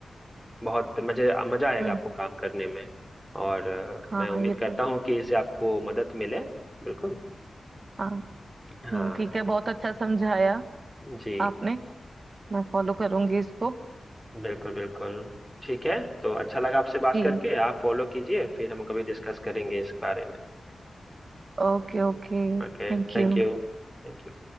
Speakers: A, in the centre; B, on the right.
A: बहुत मजे मजा आएगा
B: हम्म
A: आपको काम करने में और अ,
B: हाँ
A: मैं उम्मीद
B: ये तो
A: करता हूँ कि इससे आपको मदद मिले बिल्कुल
B: हाँ
A: हाँ
B: नहीं ठीक है बहुत अच्छा समझाया
A: जी
B: आपने मैं फॉलो करूंगी इसको
A: बिल्कुल बिल्कुल ठीक है तो अच्छा लगा आपसे बात
B: जी
A: करके आप फॉलो कीजिए फिर हम कभी डिस्कस करेंगे इस बारे में
B: Okay okay
A: Okay
B: Thank
A: Thank
B: you
A: you Thank you